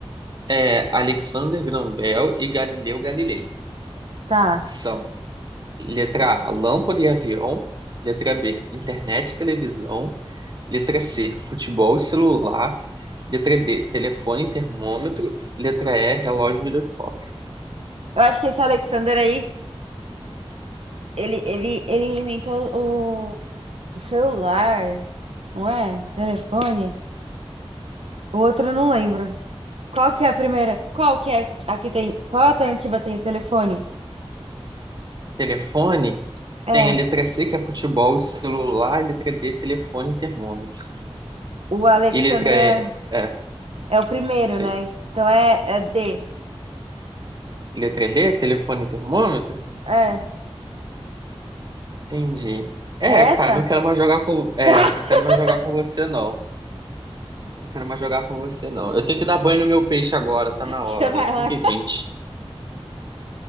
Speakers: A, on the right; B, on the right.
A: É Alexander Graham Bell e Galileu Galilei.
B: Tá.
A: São letra A, lâmpada e avião. Letra B, internet e televisão. Letra C, futebol e celular. Letra D, telefone e termômetro. Letra E, relógio e giroscópio.
B: Eu acho que esse Alexander aí, ele, ele, ele inventou o, o celular, não é? Telefone. O outro eu não lembro. Qual que é a primeira? Qual que é a que tem? Qual alternativa tem o telefone?
A: Telefone
B: É,
A: tem a letra C, que é futebol e celular. Letra D, telefone e termômetro.
B: o Alexander
A: E letra
B: é,
A: E, é,
B: é o primeiro,
A: não sei.
B: né? Então é, é D.
A: Letra D, telefone e termômetro?
B: É.
A: Entendi. É,
B: É
A: cara,
B: essa?
A: não quero mais jogar com. É,
B: <laughs>
A: não quero mais jogar com você, não. Não quero mais jogar com você, não. Eu tenho que dar banho no meu peixe agora, tá na
B: Você
A: hora,
B: vai
A: 5
B: lá.
A: e vinte.